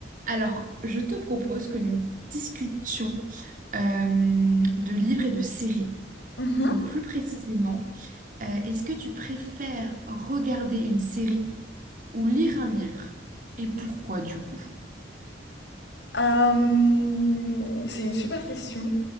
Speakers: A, on the right; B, on the left.
A: Alors, je te propose que nous discutions euh, de livres et de séries.
B: Mhm.
A: Donc, plus précisément, euh, est-ce que tu préfères regarder une série ou lire un livre? Et pourquoi du coup?
B: Euh, c'est une super question.